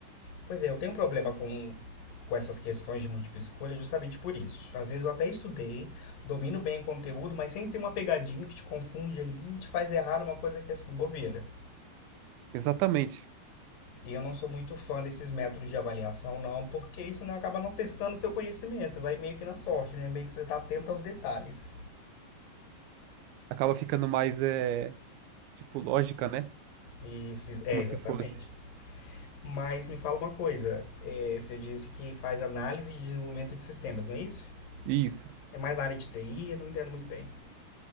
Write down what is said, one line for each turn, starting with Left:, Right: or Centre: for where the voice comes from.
Left: Pois é, eu tenho um problema com, com essas questões de múltipla escolha justamente por isso. Às vezes eu até estudei, domino bem o conteúdo, mas sempre tem uma pegadinha que te confunde ali e te faz errar numa coisa que é assim, bobeira.
Right: Exatamente.
Left: E eu não sou muito fã desses métodos de avaliação, não, porque isso não acaba não testando o seu conhecimento, vai meio que na sorte, né? Meio que você está atento aos detalhes.
Right: Acaba ficando mais, é, tipo, lógica, né?
Left: Isso, é,
Right: Como
Left: exatamente.
Right: se fosse.
Left: Mas me fala uma coisa, é, você disse que faz análise e desenvolvimento de sistemas, não é isso?
Right: Isso.
Left: É mais na área de TI, eu não entendo muito bem.